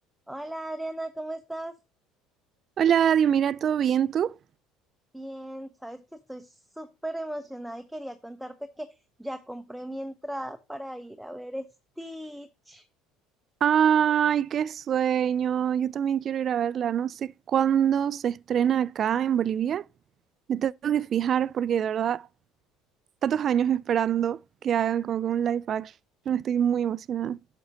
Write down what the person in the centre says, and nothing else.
Hola Adriana, ¿cómo estás?
Bien, sabes que estoy súper emocionada y quería contarte que ya compré mi entrada para ir a ver Stitch.